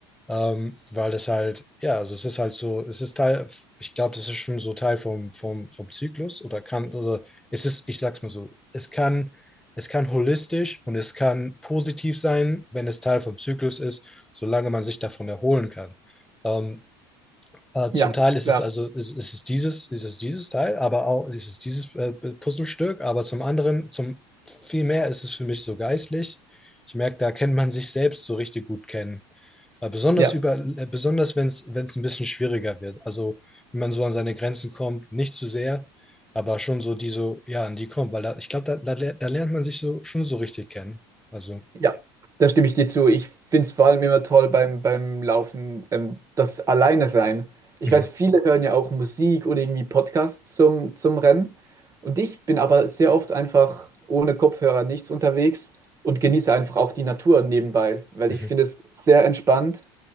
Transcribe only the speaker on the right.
Ja,
klar,
ja,
ja. Da stimme ich dir zu. Ich finde es vor allem immer toll beim, beim Laufen, ähm, das Alleine sein. Ich
weiß, viele hören ja auch Musik oder irgendwie Podcasts zum, zum Rennen. Und ich bin aber sehr oft einfach ohne Kopfhörer nichts unterwegs und genieße einfach auch die Natur nebenbei, weil
ich finde es sehr entspannt